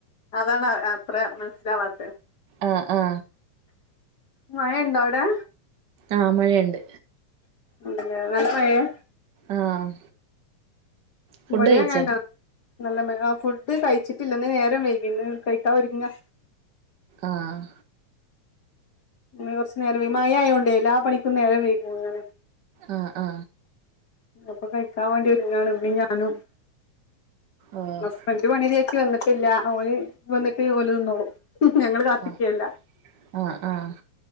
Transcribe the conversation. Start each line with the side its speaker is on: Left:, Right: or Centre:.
Left: അതാണ് അത്ര മനസിലാവാത്തത്
Right: ആ ആ
Left: മഴയുണ്ടോ അവിടെ
Right: ആ മഴയുണ്ട്
Left: നല്ല മഴയാ
Right: ആഹ് ഫുഡ്
Left: ഇവടയും
Right: കഴിച്ചോ
Left: അങ്ങനെതന്നാ നല്ല മഴ ആ ഫുഡ് കഴിച്ചിട്ടില്ല ഇന്ന് നേരം വൈകിന്ന് കഴിക്കാഒര്ങ്ങാ
Right: ആഹ്
Left: കൊറച്ച് നേരമായി മായായോണ്ടേ എല്ലാ പണിക്കും നേരം വൈകിപ്പോകുന്നാണ്
Right: ആ ആ
Left: അപ്പൊ കഴിക്കാൻ വേണ്ടി ഇരുന്നാണ് ഉമ്മേം ഞാനും
Right: ഓഹ്
Left: ഹസ്ബന്റ് പണിമതിയാക്കി വന്നിട്ടില്ല ഓല് വന്നിട്ട് ഓലിരുന്നോളും ഞങ്ങൾ കാത്തിക്കല്ല
Right: ആഹ് ആഹ് ആഹ്